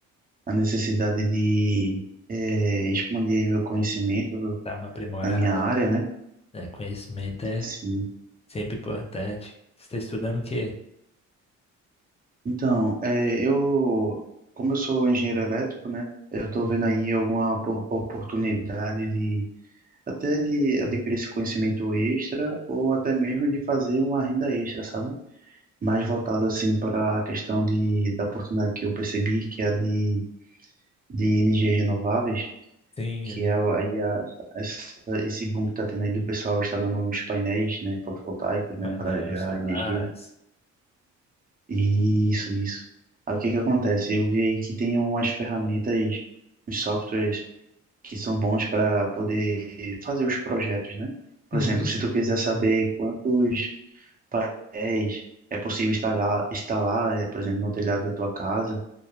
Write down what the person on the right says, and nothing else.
a necessidade de eh, expandir aí meu conhecimento
na minha área,
né?
Sim.
Então, eh, eu, como eu sou engenheiro elétrico, né? Eu tô vendo aí alguma opor- oportunidade de até de adquirir esse conhecimento extra ou até mesmo de fazer uma renda extra, sabe? mais voltado assim para a questão de, da oportunidade que eu percebi, que é a de, de energias renováveis,
que
é aí a, essa, esse boom que está tendo aí do pessoal instalando os painéis, né, fotovoltaicos, né,
para gerar
energia. Isso, isso. Aí o que que acontece? Eu vi aí que tem umas ferramentas, uns softwares que são bons para poder fazer os projetos, né? Por
exemplo, se tu quiser saber quantos painéis é possível instalar, instalar, eh, por exemplo, no telhado da tua casa,